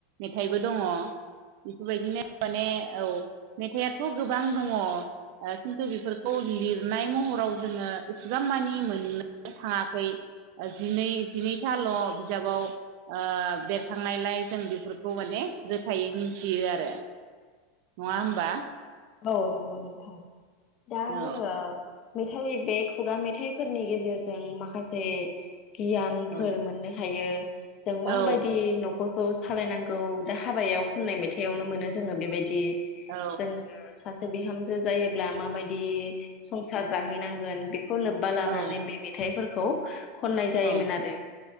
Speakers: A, on the right; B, on the left.
A: मेथाइबो दङ बेफोरबायदिनो माने औ मेथाइआथ गोबां दङ खिन्थु बेफोरखौ लिरनाय महराव जोङो एसेबां मानि मोननो थाङाखै जिनै जिनैथाल' बिजाबाव ओ बेरखांनायलाय जों बेफोरखौ माने रोखायै मिथियो आरो नङा होमबा
B: औ नंगौ नोंथां दा
A: औ
B: जोङो मेथाइ बे खुगा मेथाइफोरनि गेजेरजों माखासे गियानफोर
A: औ
B: मोननो हायो <unintelligible> जों मा
A: औ
B: बायदि न नखरखौ सालायनांगौ दा हाबायाव खननाय मेथाइआवनो मोनो जोङो बेबायदि
A: औ
B: जोङो सा बिहामजो जायोब्ला माबाय दि संसार जाहैनांगोन बे खौ लोब्बा लानानै
A: औ
B: बे मेथाइफोर खौ खननाय जायोमोन
A: औ
B: आरो